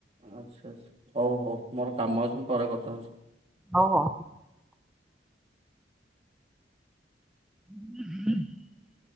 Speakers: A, on the right; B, in the centre.
A: ଆଚ୍ଛା ଆଛା ହଉ ହଉ ମୋର କାମ ଅଛି ପରେ କଥା ହଉଛି।
B: ହଉ ହଉ। <unintelligible>